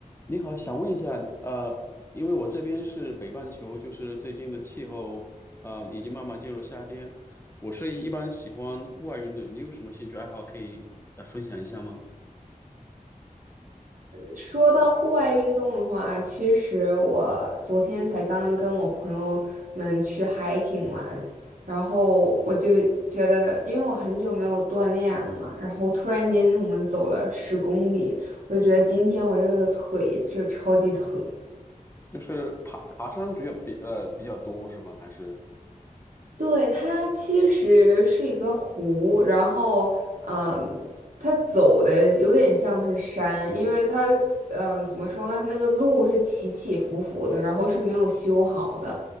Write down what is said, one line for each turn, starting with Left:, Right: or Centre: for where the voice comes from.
Left: 你好，想问一下，呃，因为我这边是北半球，就是最近的气候，呃，已经慢慢进入夏天。我是一般喜欢户外运动，你有什么兴趣爱好可以呃分享一下吗？
Right: 说到户外运动的话，其实我昨天才刚刚跟我朋友们去 hiking 玩，然后我就觉得，因为我很久没有锻炼了嘛，然后突然间我们走了十公里，我就觉得今天我这个腿就超级疼。
Left: 就是爬爬山主要比呃比较多是吗？还是
Right: 对，它其实是一个湖，然后，嗯，它走的有点像是山，因为它，嗯，怎么说呢？它那个路是起起伏伏的，然后是没有修好的，